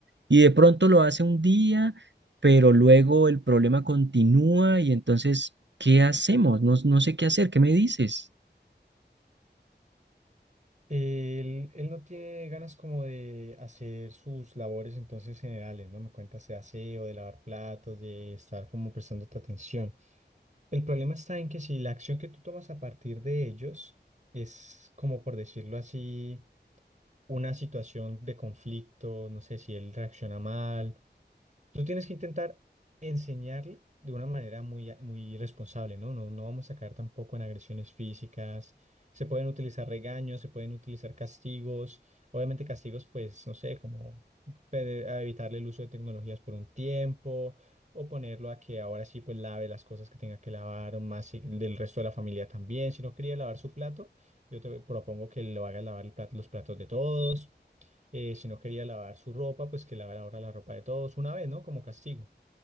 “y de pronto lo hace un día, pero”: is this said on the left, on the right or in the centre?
Right